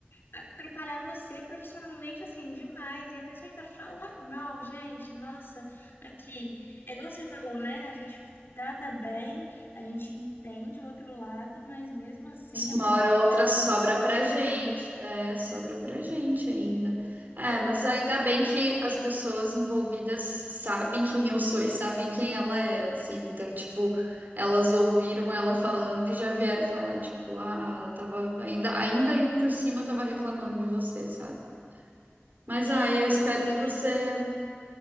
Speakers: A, on the left; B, on the right.
A: atrapalhar você profissionalmente assim demais. E a pessoa ainda fala mal, gente. Nossa, aqui, é igual você falou, né? A gente trata bem. A gente entende o outro lado, mas mesmo assim
B: Uma
A: a pessoa
B: hora ou
A: vai
B: outra
A: falar
B: sobra
A: mal de qualquer
B: pra gente.
A: forma.
B: É, sobra pra gente ainda. É,
A: Exatamente.
B: mas ainda bem que as pessoas envolvidas sabem quem eu sou e sabem quem ela é, assim. Então, tipo, elas ouviram ela falando e já vieram falar, tipo, ah, ela tava ainda, ainda por cima tava reclamando de você, sabe? Mas,
A: E
B: ah, eu espero
A: ainda
B: que
A: bem
B: você
A: que te conto.